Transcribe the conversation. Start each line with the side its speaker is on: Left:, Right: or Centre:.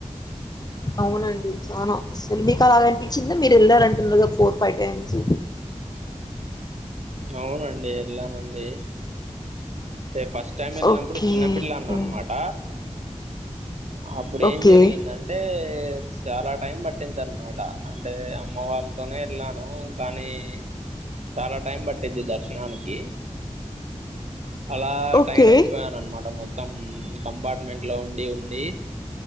Left: అవునండి చానా అసలు మీకు అలాగనిపించింది మీరు వెళ్లారంటున్నారుద ఫోర్ ఫైవ్ టైమ్స్
Right: అవునండి ఎళ్ళానండి అంటే ఫస్ట్ టైం వెళ్ళినప్పుడు
Left: ఓకే
Right: చిన్నపిల్లాన్ని
Left: ఓకే
Right: అన్మాట అప్పుడెం
Left: ఓకే
Right: జరిగిందంటే చాలా టైం పట్టింది అన్మాట అంటే అమ్మ వాళ్ళతోనే వెళ్ళాను కానీ చాలా టైం పట్టిద్ది దర్శనానికి అలా
Left: ఓకే
Right: టైడ్ అయిపోయాను అనమాట మొత్తం కంపార్ట్మెంట్ లో ఉండి ఉండి